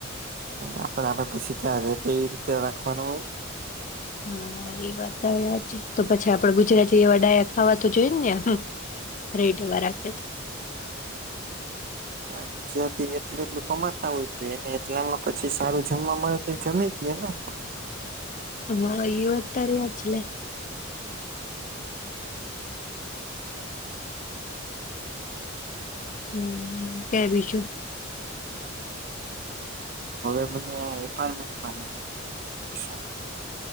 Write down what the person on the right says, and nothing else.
આપ આપણે પસી ત્યાં રેટ એ રીતે રાખવાનું હોય ને.
ત્યાં ગુજરાતી એટલું-એટલું કમાતા હોય તો એને એટલામાં પછી સારું જમવા મળે તો એ જમી જ લે ને.
હવે મને આ એપાર્ટમેન્ટમાં